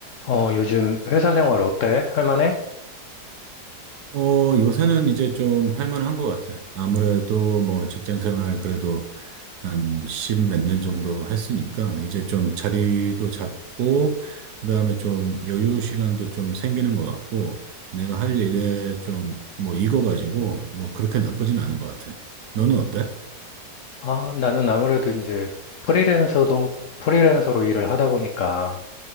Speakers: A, on the left; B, on the right.
A: 어, 요즘 회사 생활 어때? 할만해?
B: 어, 요새는 이제 좀 할만한 것 같아. 아무래도 뭐 직장 생활 그래도 한 십 몇 년 정도 했으니까 이제 좀 자리도 잡고, 그다음에 좀 여유 시간도 좀 생기는 것 같고, 내가 할 일에 좀 뭐 익어가지고 뭐 그렇게 나쁘진 않은 것 같아. 너는 어때?
A: 아, 나는 아무래도 이제 프리랜서도, 프리랜서로 일을 하다 보니까